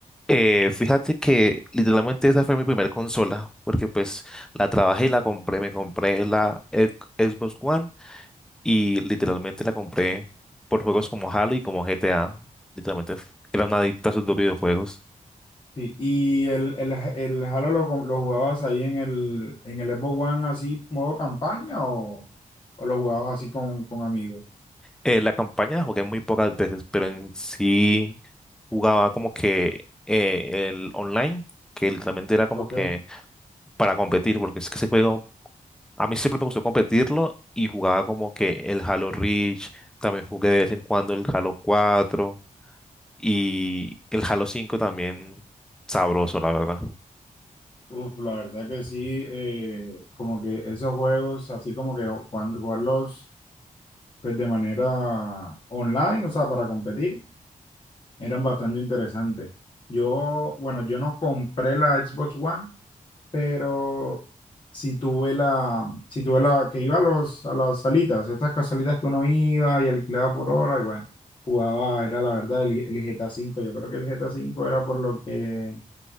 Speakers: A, in the centre; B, on the left.
A: Eh, fíjate que literalmente esa fue mi primera consola, porque pues la trabajé y la compré, me compré la ex- Xbox One y literalmente la compré por juegos como Halo y como GTA. Literalmente f- era una adicta a sus dos videojuegos.
B: Sí, y el, el, el Halo lo, co- lo jugabas ahí en el, en el Xbox One así, modo campaña o, o lo jugabas así con, con amigos.
A: Eh, la campaña la jugué muy pocas veces, pero en sí jugaba como que eh, el online, que literalmente era como
B: Ok.
A: que para competir, porque es que ese juego A mí siempre me gustó competirlo y jugaba como que el Halo Reach, también jugué de vez en cuando el Halo 4 y el Halo 5 también sabroso, la verdad.
B: Uf, la verdad que sí, eh, como que esos juegos, así como que cuando jugarlos pues de manera online, o sea, para competir, Eran bastante interesantes. Yo, bueno, yo no compré la Xbox One, pero sí tuve la, sí tuve la, que iba a los, a las salitas, estas ca- salitas que uno iba y alquilaba por hora, y bueno, jugaba, era la verdad, el, el GTA cinco. Yo creo que el GTA cinco era por lo que,